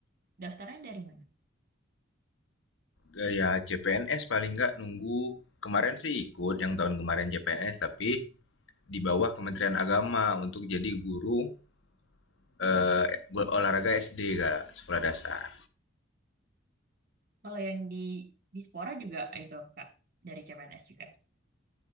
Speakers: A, on the right; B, on the left.
A: daftarnya dari mana?
B: Gaya CPNS paling nggak nunggu kemarin sih ikut yang tahun kemarin CPNS tapi di bawah Kementerian Agama untuk jadi guru eh buat olahraga SD kak sekolah dasar
A: Kalau yang di di Spora juga itu, Kak, dari CPNS juga.